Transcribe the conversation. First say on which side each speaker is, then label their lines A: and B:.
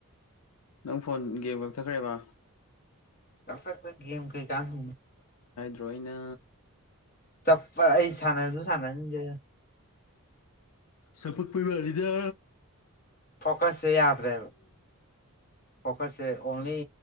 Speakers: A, on the left; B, on the left.
A: ꯅꯪ ꯐꯣꯟ ꯒꯦꯝ ꯀꯛꯊꯠꯈ꯭ꯔꯦꯕ
B: ꯀꯥꯛꯊꯒꯤ ꯀꯩꯀꯥꯟ ꯒꯦꯝ
A: ꯇꯣꯏꯅꯥ
B: ꯆꯞꯄ ꯑꯩ ꯁꯥꯟꯅꯁꯨ ꯁꯥꯟꯅꯍꯟꯗꯔꯦꯗ
A: ꯁꯄꯛꯄꯩ ꯋꯔꯤꯔ
B: ꯐꯣꯀꯁ ꯁꯦ ꯌꯥꯗ꯭ꯔꯦꯕ ꯐꯣꯀꯁꯁꯦ ꯑꯣꯟꯂꯤ